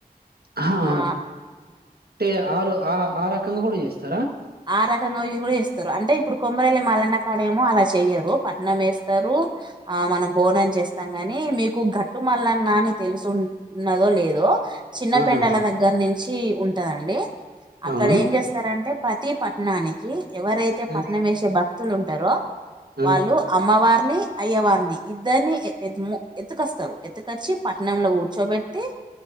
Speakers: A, on the right (about 80°); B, on the right (about 30°).
A: ఆహా!
B: ఆ
A: అంటే ఆరు ఆ ఆ రకంగా కూడా చేస్తారా
B: ఆ రకంగా ఇవి కూడా చేస్తరు అంటే ఇప్పుడు కొమ్మరవెల్లి మలన్న కాడేమో అలా చెయ్యరు పట్నమేస్తారు ఆ మనం బోనం చేస్తాం గాని మీకు గట్ గట్టుమల్లన్నాని తెలుసు ఉంట్ ఉన్నదో లేదో చిన్న
A: ఆహా
B: పెండల్ల దగ్గర నుంచి ఉంట్ ఉంటదండి.
A: అవును
B: అక్కడ ఏం చేస్తారంటే కి పట్టణానికి ఎవరైతే
A: ఆ
B: పట్నం వేసే భక్తులు ఉంటారో
A: ఆ
B: వాళ్ళు అమ్మవారిని అయ్యవారిని ఇద్దరినిఎ ఏత్ ము ఎత్తుకొస్తారు ఎత్తకొచ్చి పట్నంలో కూర్చోబెట్టి